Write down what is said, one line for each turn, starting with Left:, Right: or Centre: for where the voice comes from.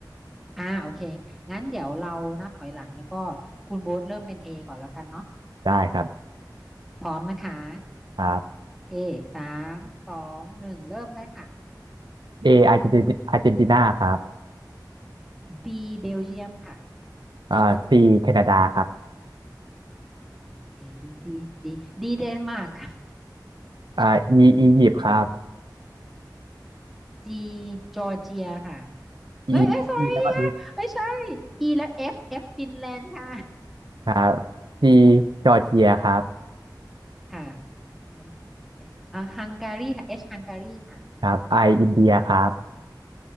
Centre: อ่าโอเคงั้นเดี๋ยวเรานับถอยหลังแล้วก็คุณโบ๊ทเริ่มเป็น A ก่อนแล้วกันเนาะ
Right: ได้ครับ
Centre: พร้อมนะคะ
Right: ครับ
Centre: โอเคสามสองหนึ่งเริ่มได้ค่ะ
Right: A อาร์เจนติอาร์เจนตินาครับ
Centre: B เบลเยียมค่ะ
Right: อ่า C แคนาดาครับ
Centre: A B C D D เดนมาร์ก
Right: อ่า E อียิปต์ครับ
Centre: G จอร์เจียค่ะ
Right: E
Centre: เอ้ยเอ้ย sorry
Right: E แล้วก็
Centre: อะเอ้ย
Right: E
Centre: sorry E แล้ว F F ฟินแลนด์ค่ะ
Right: ครับ C จอร์เจียครับ
Centre: ค่ะเอ H อชอ่าฮังการีค่ะ H ฮังการีค่ะ
Right: ครับ I อินเดียครับ